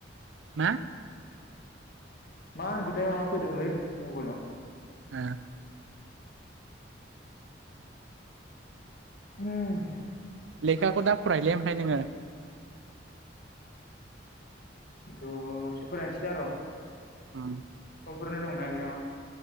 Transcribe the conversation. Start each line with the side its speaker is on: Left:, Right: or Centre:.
Right: मा
Left: मा होनखोथाय माबा फैदोंलै मबाइलाव
Right: ओ
Left: होम
Right: लेखाखौ दा फरायलै ओमफाय नोङो
Left: दसे फरायनसै दा र
Right: ओम
Left: समफोरनो दं ना इकजामा